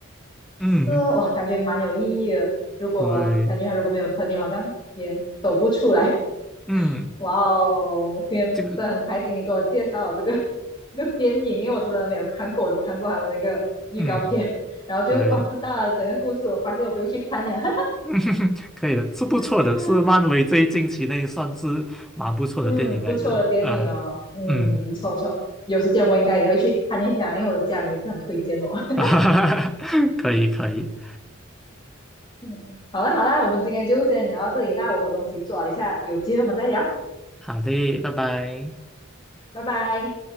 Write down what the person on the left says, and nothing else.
是哦哇，
感觉蛮有意义的。如果感觉他如果没有朋友，
好像也走不出来。
哇哦，今天真的很开心，
你给我介绍了这个 <laughs> 这个电影，因为我真的没有看过，我只看过他的那个预告片，
然后就哇知道了整个故事，
我发现我不用去看了。<laughs>
嗯
嗯，不错的电影哦，
嗯，
不错不错，有时间我应该也会去看一下，因为我的家人也是很推荐哦。<laughs>
嗯，好啦好啦，我们今天就先聊到这里那我有东西做了一下，有机会我们再聊，
拜拜。